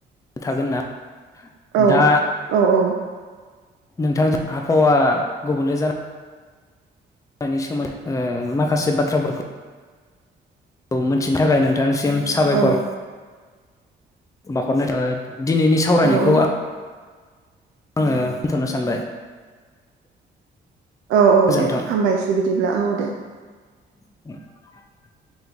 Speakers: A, on the left (about 15°); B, on the right (about 85°).
A: थागोन ना
B: औ
A: दा
B: औ
A: नोंथांजों आबहावा गुबुंले जाना नि सोमोन्दै माखासे बाथ्राफोरखौ मिथिनो थाखाय नोंथां <unintelligible> सिम साबायखर
B: औ
A: बावहरनाय <unintelligible> दिनैनि सावरायनायखौ
B: औ
A: आं आङो होनथ'नो सानबाय
B: औ औ
A: गोजोन्थों।
B: दे हामबायसै बिदिब्ला औ दे
A: <inaudible>